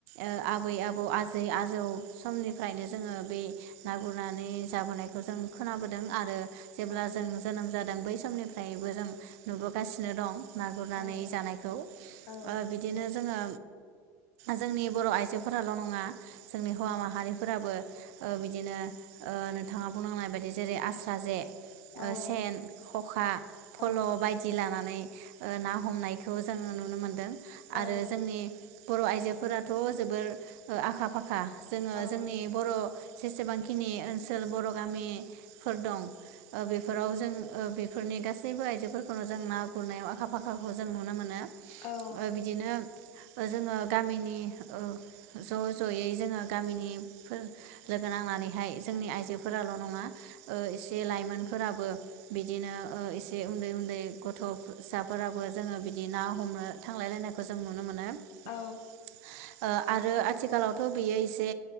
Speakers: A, on the right (about 60°); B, on the left (about 55°).
A: ओ आबै आबौ आजै आजौ समनिफ्रायनो जोङो बे ना गुरनानै जाबोनायखौ जों खोनाबोदों आरो जेब्ला
B: औ
A: जों जोनोम जादों बै समनिफ्रायबो जों नुबोगासिनो दं। ना गुरनानै
B: औ
A: जानायखौ।
B: औ
A: ओ बिदिनो जोङो जोंनि बर आइजोफोराल नङा जोंनि हौवा माहारिफोराबो। ओ बिदिनो ओ नोंथाङा बुंलांनाय बायदि जेरै आस्रा जे।
B: ओ
A: सेन खखा फल
B: औ
A: बायदि लानानै। ओ ना हमनायखौ जोङो नुनो मोनबोदों। आरो
B: औ
A: जोंनि। बर आइजोफोराथ जोबोर आखा फाखा। जोङो
B: औ
A: जोंनि बर जेसेबांखिनि ओनसोल बर गामिफोर दं ओ बेफोराव जों ओ बेफोरनि गासैबो आइजोफोरखौनो जों ना गुरनायाव आखा फाखाखौ जों नुनो मोनो।
B: औ
A: ओ बिदिनो जोङो गामिनि ओ ज जयै जोङो गामिनिफोर। लोगो नांनानैहाय जोंनि आइजोफोराल नङा एसे लाइमोनफोराबो बिदिनो एसे उन्दै उन्दै गथ फिसाफोराबो जोंङो बिदि ना हमनो थांलायलायनायखौ जों नुनो मोनो। ओ
B: औ
A: आरो आथिखालावथ' बियो एसे